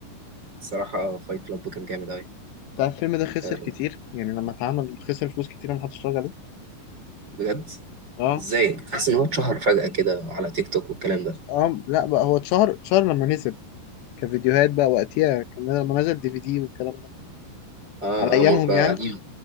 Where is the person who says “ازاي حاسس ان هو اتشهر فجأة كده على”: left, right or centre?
Right